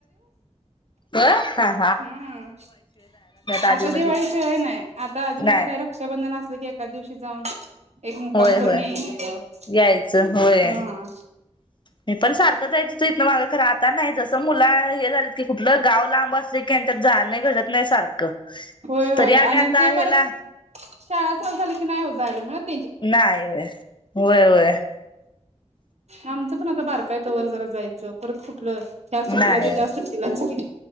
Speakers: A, on the left (about 40°); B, on the right (about 65°).
A: होय हां.
B: हम्म
A: आधी
B: आता
A: मधी
B: दिवाळी शिवाय नाय. आता आधी,
A: नाही
B: मधी काय रक्षाबंधन असलं की एखादिवशी जाऊन <unintelligible> एक मुक्काम
A: होय
B: करून
A: होय
B: येईल
A: यायचं
B: <unintelligible>
A: होय
B: हां.
A: मी पण सारखं जायचं ते इथनं मागं खरं आता नाही, जसं मुलं हे झालेत की कुठलं गाव लांब असले की आण् त्यात जाणं घडत नाही सार क
B: होय होय
A: तरी आम्ही
B: आणि
A: आता
B: ते
A: ह्याला
B: परत शाळा चालू झाली की नाही ओ जायला मिळतं.
A: नाई व्हय, वय-वय.
B: आमचं पण आता बारका आहे तवर जरा जाईल. चप परत कुठलं, ह्या सुट्टीला
A: नाही
B: ते त्या सुट्टीलाच की.